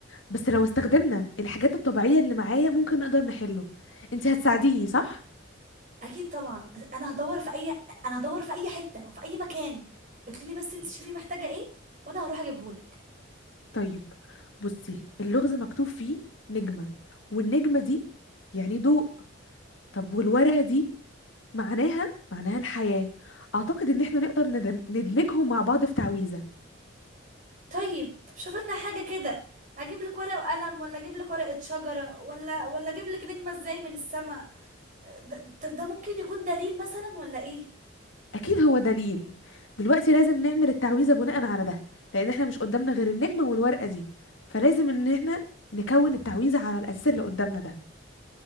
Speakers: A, on the left (about 70°); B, on the right (about 40°).
A: بس لو استخدمنا الحاجات الطبيعية اللي معايا ممكن نقدر نحله انت هتساعديني صح؟
B: اكيد طبعا انا هدور في اي انا هدور في اي حته وفي اي مكان اطلبي بس انت شوفي محتاجه ايه وانا هروح اجيبهولك
A: طيب بصي اللغز مكتوب فيه نجمة والنجمة دي يعني ضوء طب والورقة دي معناها معناها الحياة اعتقد ان احنا نقدر ندم- ندمجهم مع بعض في تعويذة
B: طيب طب شوف لنا حاجه كده اجيب لك ورق وقلم ولا اجيب لك ورقه شجره ولا ولا اجيب لك نجمه ازاي من السماء ده- طب ده ممكن يكون دليل مثلا ولا ايه
A: اكيد هو دليل دلوقتي لازم نعمل التعويذه بناء على ده لان احنا مش قدامنا غير النجمه والورقه دي فلازم ان احنا نكون التعويذه على الاساس اللي قدامنا ده